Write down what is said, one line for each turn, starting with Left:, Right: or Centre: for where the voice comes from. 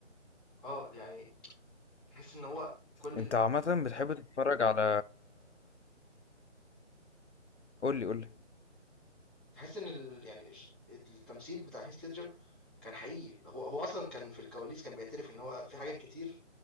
Centre: اه يعني تحس ان هو كل
Left: انت عامه بتحب تتفرج على قول لي قول لي
Centre: تحس إن ال يعني ش التمثيل بتاع heath ledger كان حقيقي، هو هو أصلًا كان في الكواليس كان بيعترف إن هو في حاجات كتير